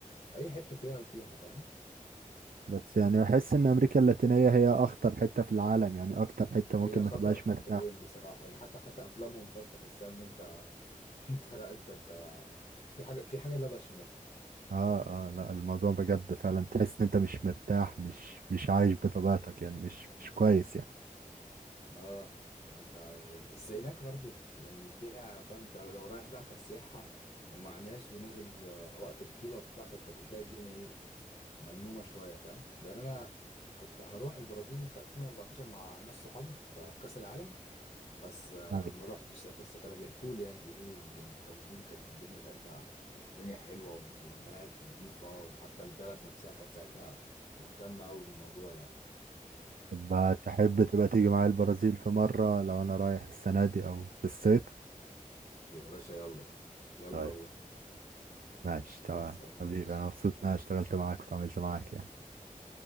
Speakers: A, on the left; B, on the right.
A: اي حته فيها وفيها فاهم
B: بس يعني بحس ان امريكا اللاتينية هي اخطر حتة في العالم يعني اكتر حتة ممكن
A: هي خطر
B: ما تبقاش
A: حبتين
B: مرتاح
A: بصراحه يعني حتى حتى افلامهم فاهم تحسها ان انت <laughs> انت لا انت انت في حاجه في حاجه لبش هناك
B: اه اه لا الموضوع بجد فعلا تحس ان انت مش مرتاح مش مش عايش بطبيعتك يعني مش مش كويس يعني
A: اه انت بس هناك برضو يعني فيها فاهم انت لو رايح بقى كسياحه ومع ناس ونازل آه، وقت بطوله وبتاع فانت بتلاقي الدنيا ايه ملمومه شويه فاهم لان انا كنت هروح البرازيل في 2014 مع ناس صحابي في في كاس العالم بس آه،
B: أيوة.
A: ما روحتش ساعتها بس كانوا بيحكوا لي يعني بيقولوا لي إن التنظيم كانت الدنيا ساعتها الدنيا حلوه وم- والملاعب نظيفه وحتى البلد نفسها كانت ساعتها مهتمه قوي بالموضوع يعني
B: طب تحب تبقى تيجي معايا البرازيل في مرة لو انا رايح السنة دي او في الصيف
A: يا باشا يلا يلا
B: طيب
A: والله
B: ماشي تمام
A: خلصانه
B: حبيبي
A: يا باشا
B: انا مبسوط ان انا اشتغلت معاك وتعاملت معاك يعني